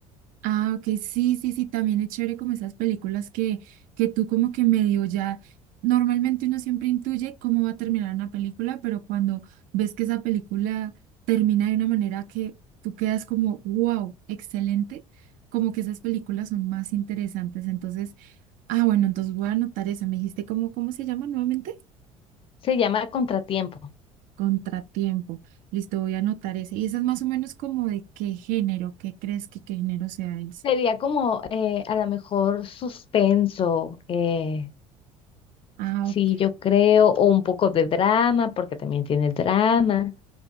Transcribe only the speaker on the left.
Se llama Contratiempo.
Sería como eh, a lo mejor suspenso, eh,
sí,
yo creo, o un poco de drama, porque también tiene drama.